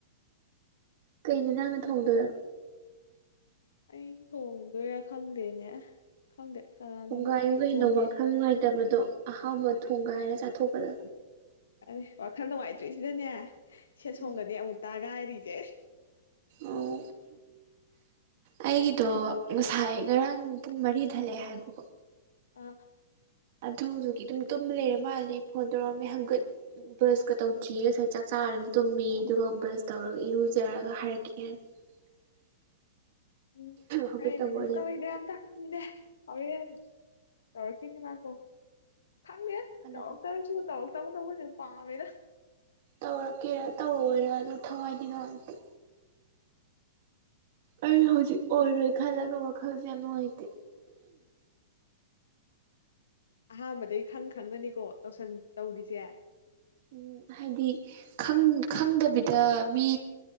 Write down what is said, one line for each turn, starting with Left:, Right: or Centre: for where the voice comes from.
Right: ꯀꯩꯅꯣ ꯅꯪꯅ ꯊꯣꯡꯗꯣꯏꯔ
Left: ꯑꯩ ꯊꯣꯡꯗꯣꯏꯔꯥ ꯈꯪꯗꯦꯅꯦ ꯈꯪꯗꯦ ꯀꯅꯥꯅꯣꯅ
Right: ꯊꯣꯡꯒ ꯌꯨ
Left: ꯑꯩ
Right: ꯀꯩꯅꯣ
Left: ꯊꯣꯡꯒꯦ
Right: ꯋꯥꯈꯜ ꯉꯥꯏꯇꯕꯗꯣ ꯑꯍꯥꯎꯕ ꯊꯣꯡꯒꯥꯏ ꯍꯥꯏꯅ ꯆꯥꯊꯣꯛꯄꯗ
Left: ꯑ ꯋꯥꯈꯜ ꯅꯨꯡꯉꯥꯏꯇ꯭ꯔꯤ ꯁꯤꯗꯅꯦ ꯁꯦ ꯁꯣꯝꯒꯗꯤ
Right: ꯎꯝ
Left: ꯑꯃꯨ ꯇꯥꯒ ꯍꯥꯏꯔꯤꯁꯦ
Right: ꯑꯣ ꯑꯩꯒꯤꯗꯣ ꯉꯁꯥꯏ ꯉꯔꯥꯡ ꯄꯨꯡ ꯃꯔꯤ ꯊꯠꯂꯛꯑꯦ ꯍꯥꯏꯕꯀꯣ
Left: ꯑ
Right: ꯑꯗꯨꯗꯨꯒꯤ ꯑꯗꯨꯝ ꯇꯨꯝꯕ ꯂꯩꯔ ꯃꯥꯜꯂꯦ ꯐꯣꯟ ꯇꯧꯔꯛꯑꯝꯃꯦ ꯍꯪꯒꯠ ꯕ꯭ꯔꯁꯀ ꯇꯧꯗ꯭ꯔꯤ ꯉꯁꯥꯏ ꯆꯥꯛꯆꯥꯥꯔ ꯑꯗꯨꯝ ꯇꯨꯝꯃꯤ ꯑꯗꯨꯒ ꯕ꯭ꯔꯁ ꯇꯧꯔꯒ ꯏꯔꯨꯖꯔꯒ ꯍꯥꯏꯔꯛꯀ ꯍꯥꯏꯅ <inaudible>
Left: ꯎꯝ
Right: ꯍꯧꯒꯠꯇꯕ
Left: ꯍꯃꯦ
Right: ꯑꯣꯏꯔꯦ
Left: ꯀ ꯑꯣꯏꯣꯏꯗꯦ ꯗ ꯍꯧꯧꯌꯦ ꯇꯔꯈꯅꯤ ꯃꯥꯀꯣ ꯈꯪꯗ
Right: ꯀꯅꯥꯅ
Left: ꯆꯧꯀꯁꯨ ꯇꯧꯀꯕꯨꯅꯧꯕ ꯄꯥꯝꯃꯦꯦꯗ
Right: ꯇꯧꯔꯛꯀꯦꯔꯥ ꯇꯧꯔꯑꯣꯣꯏꯔ ꯑꯗꯨ ꯊꯋꯥꯏꯗꯤ ꯅꯨꯡꯉꯥꯏꯇꯦ ꯑꯩ ꯍꯧꯖꯤꯛ ꯑꯣꯏꯔꯣꯏ ꯈꯜꯂꯒ ꯋꯥꯈꯜꯁꯦ ꯌꯥꯝ ꯅꯨꯡꯉꯥꯏꯇꯦ
Left: ꯑꯍꯥꯟꯕꯗꯩ ꯈꯪ ꯈꯪꯉꯅꯤꯀꯣ ꯇꯧꯁꯟ ꯇꯧꯔꯤꯁꯦ
Right: ꯎꯝ ꯍꯥꯏꯗꯤ ꯈꯪꯗꯕꯤꯗ ꯃꯤ